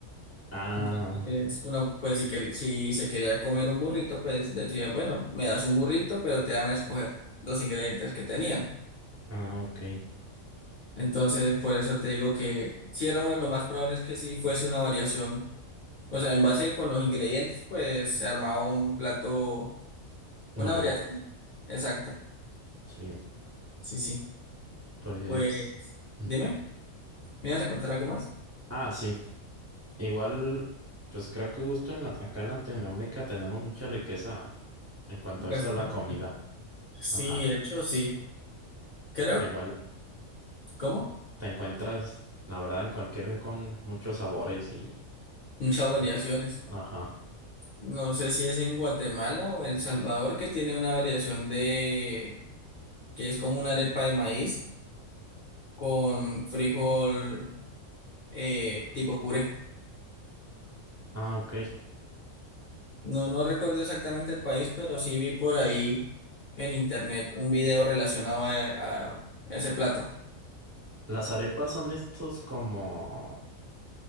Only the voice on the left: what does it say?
Entonces, uno, pues, si quer si se quería comer un burrito, pues decía, bueno, me das un burrito, pero te van a escoger los ingredientes que tenían.
Entonces, por eso te digo que si era bueno, lo más probable es que si fuese una variación. O sea, en base con los ingredientes, pues se armaba un plato, una
variación. Exacto.
Sí, sí.
Pues,
dime, ¿me ibas a contar algo más?
Gastronómica.
Sí,
de hecho, sí. Creo,
¿cómo?
Muchas variaciones.
No sé si es en Guatemala o El Salvador que tiene una variación de, que es como una arepa de maíz con frijol eh, tipo puré.
No, no recuerdo exactamente el país, pero sí vi por ahí en internet un video relacionado a, a ese plato.